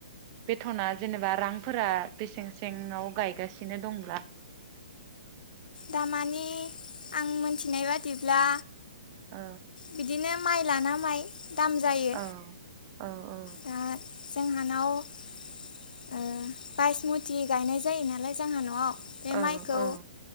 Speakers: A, on the right; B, on the left.
A: बेथ'ना जेनेबा रांफोरा बेसें सेङाव गायगासिनो दंब्रा
B: दामानि आं मोनथिनाय बादिब्ला
A: ओ
B: बिदिनो माइ लाना माइ दाम जायो
A: औ औ औ
B: दा जोंहानाव ओ बायस मुथि गायनाय जायो नालाय जोंहा न'आव बे
A: औ
B: माइखौ
A: औ